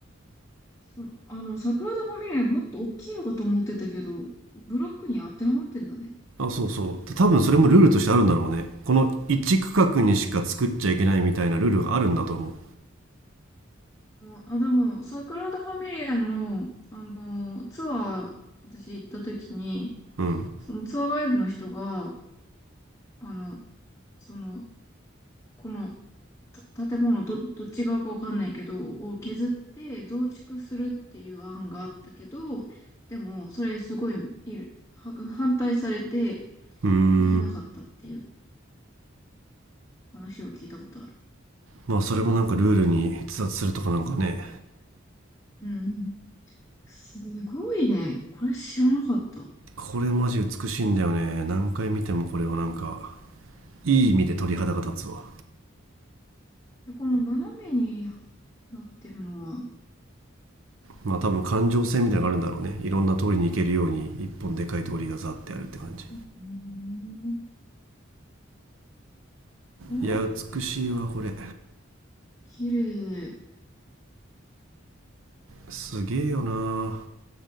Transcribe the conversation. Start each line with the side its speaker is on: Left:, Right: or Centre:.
Left: その、あの、桜田ファミリアもっと大きいのかと思ってたけど、ブロックに当てはまってんだね。
Right: あ、そうそう。で多分それもルールとしてあるんだろうね。この一区画にしか作っちゃいけないみたいなルールがあるんだと思
Left: うん、あ、でも、桜田ファミリアの、あの、ツアー、私行った時に、
Right: う。うん。う
Left: そのツアーガイドの人が、あの、その、この、た建物ど、どっち側かわかんないけど、を削って増築するっていう案があったけど、でも、それすごい、いる、は反対されて
Right: ーん。
Left: できなかったっていう話を聞いたことある。
Right: まあそれもなんかルールに逸脱するとかなんかね。
Left: うんうん。すごいね。これ知らなかった。
Right: これマジ美しいんだよね。何回見てもこれをなんか、いい意味で鳥肌が立つわ。
Left: で、この斜めになってるのは、
Right: まあ多分感情線みたいなのがあるんだろうね。
Left: うん
Right: いろんな通りに行けるように一本でかい通りがザってあるって感じ。
Left: うんお、
Right: いや、美しいわ、これ。
Left: 綺麗。
Right: すげえよな。